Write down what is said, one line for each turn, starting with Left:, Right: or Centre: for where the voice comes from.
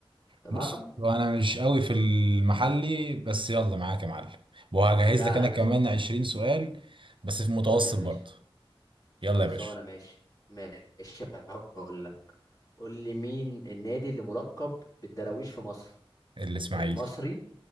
Left: تمام
Right: بص هو انا مش قوي في المحلي بس يلا معاك يا معلم وهجهز
Left: لا
Right: لك
Left: لا
Right: انا
Left: يا
Right: كمان
Left: باشا
Right: 20 سؤال بس في متوسط
Left: قول لي يا باشا
Right: برضه
Left: خلصانه
Right: يلا يا باشا
Left: ماشي ماشي هقول لك قول لي مين النادي اللي ملقب بالدراويش في مصر
Right: الاسماعيلي
Left: المصري